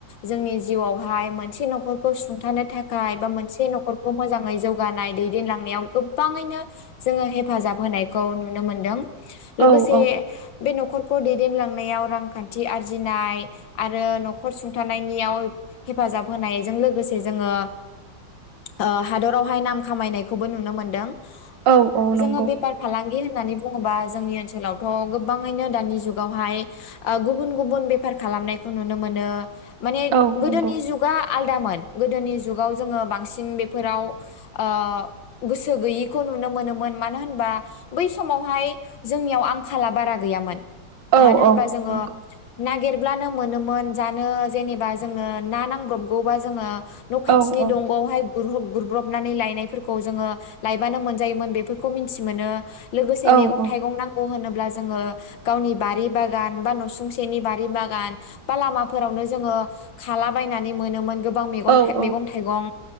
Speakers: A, on the left; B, on the right.
A: जोंनि जिउआवहाय मोनसे न'खरखौ सुंथानो थाखाय बा मोनसे न'खरखौ मोजाङै जौगानाय दैदेनलांनायाव गोबाङैनो जोङो हेफाजाब होनायखौ नुनो नुनो मोनदों। लोगोसे
B: औ औ
A: बे न'खरखौ दैदेनलांनायाव रांखान्थि आरजिनाय आरो न'खर सुंथानायनियाव हेफाजाब होनायजों लोगोसे जोङो ओ हादरावहाय नाम खामायनायखौबो नुनो मोनदों। जोङो
B: औ औ नंगौ
A: बेफार फालांगि होन होननानै बुङोबा जोंनि ओनसोलावथ' गोबाङैनो दानि जुगावहाय ओ गुबुन गुबुन बेफार खालामनायखौ नुनो मोनो। माने
B: औ
A: गोदोनि
B: नंगौ
A: जुगा आल दामोन गोदोनि जुगाव जोङो बांसिन बेफोराव ओ गोसो गैयिखौ नुनो मोनोमोन मानो होनबा बै समावहाय जोंनियाव आंखाला बारा गैयामोन।
B: औ
A: मानो होनबा
B: औ
A: जोङो
B: नंगौ
A: नागिर ब्लानो मोनोमोन जानो जेनेबा जोंनो ना नांब्रबगौबा जोङो न' खाथिनि
B: औ औ
A: दंगआवहाय गुरहब गुरब्रबनानै लायनायफोरखौ खौ जोङो लायबानो मोनजायोमोन बेफोरखौ मिन्थि मोनो। लोगोसे
B: औ
A: मेगं
B: औ
A: थाइगं नांगौ होनोब ब्ला जोङो गावनि बारि बागान बा नसुंसेनि बारि बागान बा लामाफोरावनो जोङो खाला बायनानै मोनोमोन गोब बां मेगन
B: औ औ
A: मेगं थाइगं